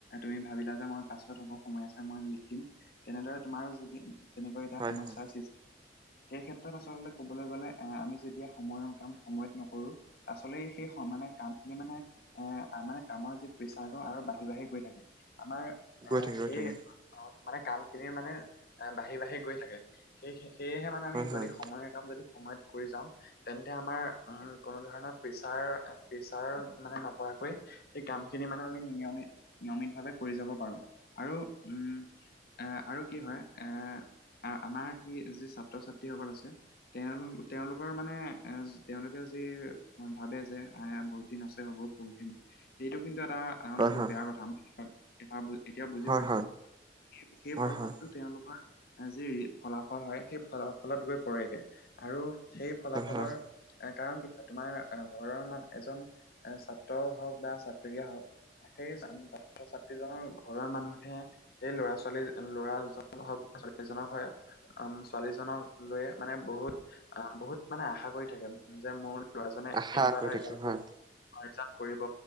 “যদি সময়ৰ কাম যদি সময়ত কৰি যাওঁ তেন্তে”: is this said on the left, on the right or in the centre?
Left